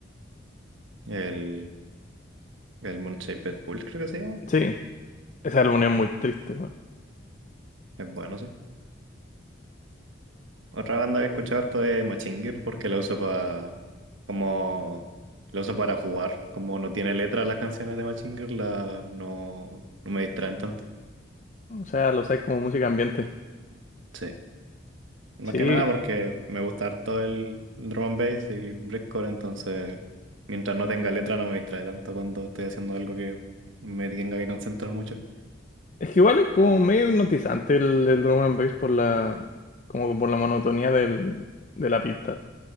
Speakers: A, on the right; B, on the left.
A: El, el Moonshaped Pool, creo que se llama.
B: Sí, ese álbum es muy triste, weón.
A: Es bueno, sí. Otra banda que he escuchado harto es Machine Girl porque la uso para como la uso para jugar. Como no tiene letra las canciones de Machine Girl, la- no, no me distraen tanto.
B: O sea, lo sé como música ambiente.
A: Sí. Más
B: Sí,
A: que nada porque me gusta harto el drum and bass y el breakcore, entonces mientras no tenga letra no me distrae tanto cuando estoy haciendo algo que me tenga que concentrar mucho.
B: es que igual es como medio hipnotizante el, el drum and bass por la, como por la monotonía del, de la pista,